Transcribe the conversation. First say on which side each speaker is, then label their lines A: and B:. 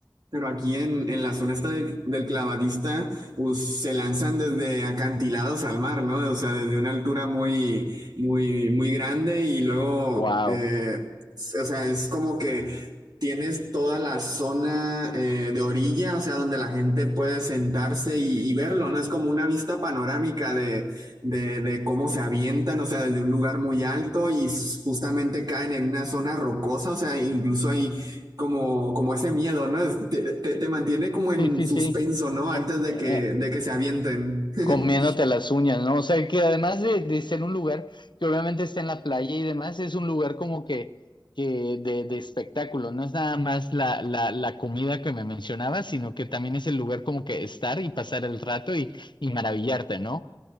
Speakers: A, on the right; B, on the left.
A: pero aquí en, en la zona esta de- del clavadista, pues se lanzan desde acantilados al mar, ¿no? O sea, desde una altura muy, muy, muy grande y luego,
B: Wow.
A: eh, s- o sea, es como que tienes toda la zona eh, de orilla, o sea, donde la gente puede sentarse y, y verlo, ¿no? Es como una vista panorámica de, de, de cómo se avientan, o sea, desde un lugar muy alto y s- justamente caen en una zona rocosa, o sea, incluso hay como, como ese miedo, ¿no? Es- te, te- te mantiene como en
B: Sí, sí,
A: suspenso,
B: sí.
A: ¿no? Antes
B: Eh,
A: de
B: eh,
A: que, de que se avienten. <laughs>
B: comiéndote las uñas, ¿no? O sea, que además de, de ser un lugar que obviamente está en la playa y demás, es un lugar como que, que de, de espectáculo, no es nada más la, la, la comida que me mencionabas, sino que también es el lugar como que estar y pasar el rato y, y maravillarte, ¿no?